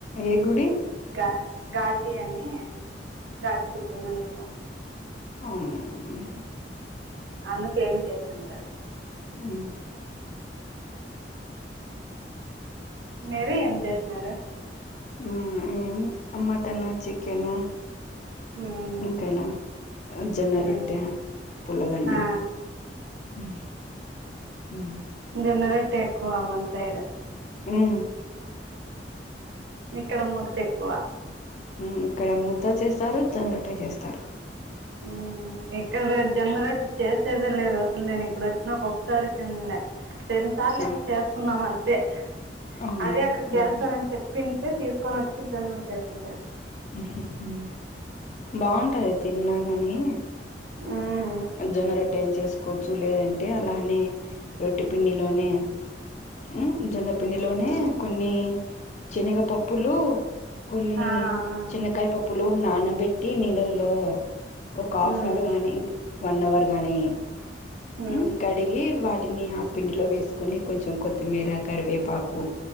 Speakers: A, on the left; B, on the right.
A: ఏ గుడి
B: గా ఘాటి అని రాటి సుబ్రమణ్య స్వామి
A: అవునవును హు
B: అందుకేం చేసింది లేదు
A: ఉ
B: మీరు ఏం చేసినారు.
A: ఉ ఏంలె మటను చికెను
B: ఉమ్,
A: ఓకేనా జొన్నరొట్టే
B: ఉమ్.
A: పులగన్నం
B: ఆ,
A: హు హు
B: జొన్నరొట్టె ఎక్కువ మన సైడ్
A: హు
B: ఇక్కడ ముద్ద ఎక్కువ
A: హు ఇక్కడ ముద్ద చేస్తారు. జొన్నరొట్టె చేస్తారు.
B: హూ ఇక్కడ జొన్నరొట్టె చేసేదే లేదు. అసలు నేను ఇక్కడ వచ్చ్ నాకు ఒకసారి తిన్లే రెండుసార్లు ఏమో
A: ఆహ్,
B: చేసుకుందాంమని పే
A: ఆహా
B: అదే అక్కడ చేస్తారని
A: ఉహు,
B: చెప్ తింటే తీసుకొనొచ్చి జొన్నలు చేసిండే
A: హుహు హు బావుంటాది తిన్నా మనీ!
B: హు
A: జొన్నరొట్టె న చేసుకోవచ్చు. లేదంటే అలానే రొట్టి పిండిలోనే హు జొన్న పిండిలోనే
B: మ్మ్.
A: కొన్ని, చనిగ పప్పులు, కొన్ని
B: ఆ, ఆ.
A: చిన్న కాయ పప్పుల్ ప్లూన్ నానబెట్టి నీళ్ళల్లో ఒక్క హాఫ్
B: మ్మ్.
A: నవ్వర్గానిక్ వన్ అవర్ గానీ
B: మ్మ్.
A: హ్మ్ కడిగి వాట్ కెన్ని ఆ పిండిలో వేసుకొని కొంచెం కొత్తిమీర కరివేపాకు